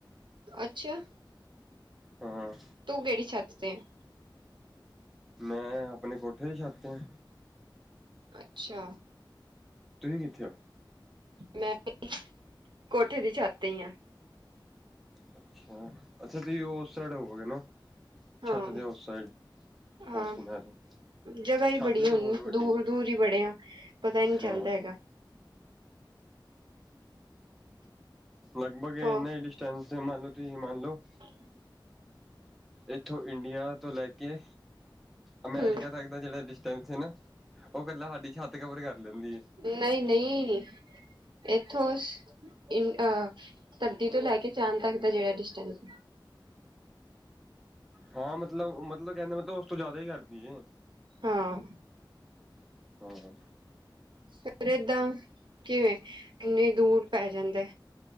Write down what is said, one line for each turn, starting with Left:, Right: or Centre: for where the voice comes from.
Right: ਅੱਛਿਆ।
Centre: ਹਾਂ
Right: ਤੂੰ ਕਿਹੜੀ ਛੱਤ ਤੇ ਆਂ?
Centre: ਮੈਂ, ਆਪਣੇ ਕੋਠੇ ਦੀ ਛੱਤ ਤੇ ਆ।
Right: ਅੱਛਾ।
Centre: ਤੁਸੀਂ ਕਿੱਥੇ ਓ?
Right: ਮੈਂ ਵੀ, ਕੋਠੇ ਦੀ ਛੱਤ ਤੇ ਈ ਆ।
Centre: ਅੱਛਾ। ਅੱਛਾ, ਤੁਸੀਂ ਓਸ ਸਾਈਡ ਹੋਵੋਗੇ ਨਾ,
Right: ਹਾਂ
Centre: ਛੱਤ ਦੇ ਉਸ ਸਾਈਡ।
Right: ਹਾਂ,
Centre: ਉਸ ਕਿਨਾਰੇ
Right: ਜਗ੍ਹਾ ਈ
Centre: ਛੱਤ
Right: ਬੜੀ
Centre: ਵੀ
Right: ਹੋਣੀ
Centre: ਤਾਂ ਬਹੁਤ ਵੱਡੀ
Right: ਦੂਰ-ਦੂਰ
Centre: ਹੈ
Right: ਈ ਬੜੇ ਆ। ਪਤਾ ਈ ਨੀ
Centre: ਹਾਂ
Right: ਚੱਲਦਾ ਹੈਗਾ।
Centre: ਲਗਭਗ
Right: ਹਾਂ
Centre: ਇਨ੍ਹਾ ਈ ਡਿਸਟੈਂਨਸ ਮੰਨ ਲੋ ਤੁਸੀਂ ਮੰਨ ਲੋ।
Right: ' <inaudible>
Centre: ਇੱਥੋਂ ਇੰਡੀਆ ਤੋਂ ਲੈ ਕੇ, ਅਮੇਰਿਕਾ
Right: ਹਮ
Centre: ਤੱਕ ਦਾ ਜਿਹੜਾ ਡਿਸਟੈਂਸ ਨਾ ਉਹ ਕੱਲਾ ਸਾਡੀ ਛੱਤ ਕਵਰ ਕਰ ਲੈਂਦੀ ਏ।
Right: ਨਹੀਂ-ਨਹੀਂ। ਇੱਥੋਂ, ਇੰਡ ਧਰਤੀ ਤੋਂ ਲੈ ਕੇ ਚਾਂਦ ਤੱਕ ਦਾ ਜਿਹੜਾ ਡਿਸਟੈਂਸ
Centre: ਹਾਂ, ਮਤਲਬ-ਮਤਲਬ ਕਹਿੰਦੇ ਮਤਲਬ ਉਸ ਤੋਂ ਜ਼ਿਆਦਾ ਈ ਕਰਦੀ ਏ।
Right: ਹਾਂ।
Centre: ਹਾਂ।
Right: ਫਿਰ ਏਦਾਂ ਕਿਵੇਂ? ਇੰਨ੍ਹੀ ਦੂਰ ਪੈ ਜਾਂਦੇ।